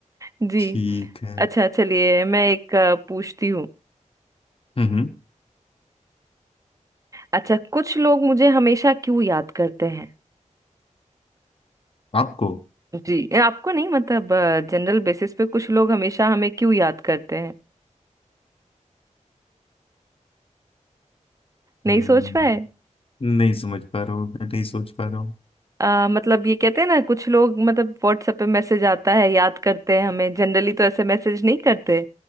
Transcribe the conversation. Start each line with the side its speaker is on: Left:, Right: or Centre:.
Right: जी
Left: ठीक है
Right: अच्छा चलिए मैं एक अ, पूछती हूँ
Left: हम्म हम्म,
Right: अच्छा कुछ लोग मुझे हमेशा क्यों याद करते हैं
Left: आपको
Right: जी ये आपको नहीं मतलब जनरल बेसिस पे कुछ लोग हमेशा हमें क्यों याद करते हैं
Left: हम्म,
Right: नहीं सोच पाए
Left: नहीं समझ पा रहा हूँ मैं नहीं सोच पा रहा
Right: अ, मतलब ये कहते हैं ना कुछ लोग मतलब व्हाट्सएप पे मैसेज आता है याद करते हैं हमें जनरली तो ऐसे मैसेज नहीं करते